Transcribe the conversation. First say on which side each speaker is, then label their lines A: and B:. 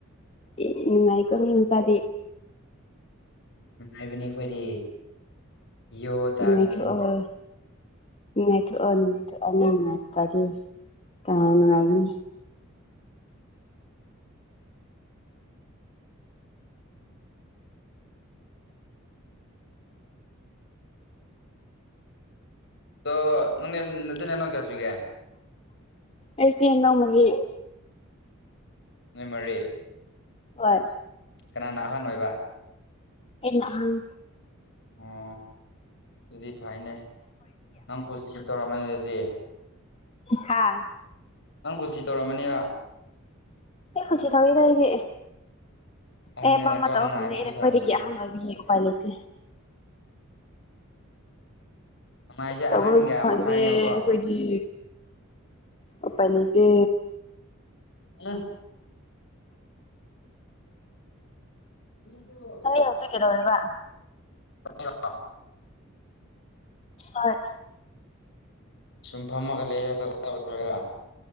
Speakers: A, on the left (about 30°); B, on the left (about 60°).
A: ꯑꯦ ꯅꯨꯡꯉꯥꯏꯀꯣ ꯃꯤ ꯃꯆꯥꯗꯤ
B: ꯅꯨꯡꯉꯥꯏꯕꯅꯦ ꯑꯩꯈꯣꯏꯗꯤ ꯌꯣ ꯇꯥꯕꯤꯅꯤ
A: ꯅꯨꯡꯉꯥꯏꯊꯣꯛ ꯑꯣꯢ ꯅꯨꯡꯉꯥꯏꯊꯣꯛꯑꯣ ꯅꯨꯡꯉꯥꯏꯊꯣꯛꯑꯣ ꯅꯣꯢ ꯅꯨꯡꯉꯥꯏꯇ꯭ꯔꯗꯤ ꯀꯅꯥꯅ ꯅꯨꯡꯉꯥꯏꯒꯅꯤ
B: ꯑꯗꯣ ꯅꯪꯗꯤ ꯅꯆꯤꯟ ꯅꯅꯥꯎ ꯀꯌꯥꯁꯨꯒꯦ
A: ꯑꯩ ꯏꯆꯤꯟꯅꯥꯎ ꯃꯔꯤ
B: ꯅꯣꯢ ꯃꯔꯤ
A: ꯍꯣꯏ
B: ꯀꯅꯥꯅ ꯑꯍꯟ ꯑꯣꯏꯕ
A: ꯑꯩꯅ ꯑꯍꯟ
B: ꯑꯣ ꯑꯗꯨꯗꯤ ꯐꯩꯅꯦ ꯅꯪ ꯀꯨꯁꯤ ꯇꯧꯔꯝꯃꯅꯤ ꯑꯗꯨꯗꯤ
A: ꯍꯥꯥ
B: ꯅꯪ ꯀꯨꯁꯤ ꯇꯧꯔꯝꯃꯅꯤꯕ
A: ꯑꯩ ꯈꯨꯁꯤ ꯇꯧꯗꯦꯗ ꯑꯩꯗꯤ
B: ꯑꯍꯟꯅꯤꯅꯀꯣ
A: ꯑꯩ ꯑꯄꯥꯃꯕ ꯇꯧꯕ
B: ꯅꯪꯅ
A: ꯐꯪꯗꯦ
B: ꯍꯥꯏꯊꯨ
A: ꯑꯩꯅ
B: ꯁꯥꯔꯝꯃꯅꯤ
A: ꯈ꯭ꯋꯥꯏꯗꯒꯤ ꯑꯍꯥꯥꯟ ꯑꯣꯏꯕꯤ ꯎꯄꯥꯏ ꯂꯩꯇꯦ
B: ꯅꯨꯡꯉꯥꯏꯁꯦ
A: ꯇꯧꯕ
B: ꯑꯍꯟꯒ
A: ꯐꯪꯗꯦ
B: ꯃꯈꯥꯅꯦꯕꯀꯣ
A: ꯑꯈꯣꯢ ꯒꯤ ꯎꯄꯥꯏ ꯂꯩꯇꯦ
B: ꯑꯦ <inaudible>
A: ꯑꯦ ꯍꯧꯖꯤꯛ ꯀꯩꯗꯧꯔꯤꯕ
B: ꯎ <unintelligible>
A: ꯍꯣꯏ
B: ꯁꯨꯝ ꯐꯝꯃꯒ ꯂꯩꯗ ꯆꯥꯛ ꯆꯕꯥ ꯂꯣꯢꯔꯒ